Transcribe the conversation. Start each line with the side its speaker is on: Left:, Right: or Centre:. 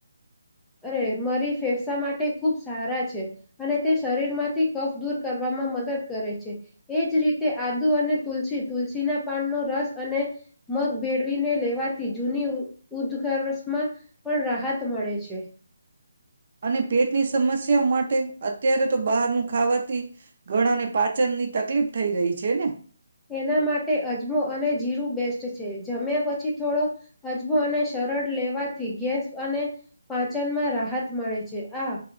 Centre: અરે, મરી ફેફસા માટે ખૂબ સારા છે અને તે શરીરમાંથી કફ દૂર કરવામાં મદદ કરે છે એજ રીતે આદુ અને તુલસી તુલસીના પાનનો રસ અને મગ ભેળવીને લેવાથી જૂની ઉદઘર્ષમાં પણ રાહત મળે છે.
Right: અને પેટની સમસ્ યાઓ માટે અત્યારે તો બહારનું ખાવાથી ઘણાને પાચનની તકલીફ થઈ રહી છે ને?
Centre: એના માટે અજમો અને જીરું બેસ્ટ છે જમ્યા પછી થોડો અજમો અને સરળ લેવાથી ગેસ અને પાચનમાં રાહત મળે છે આ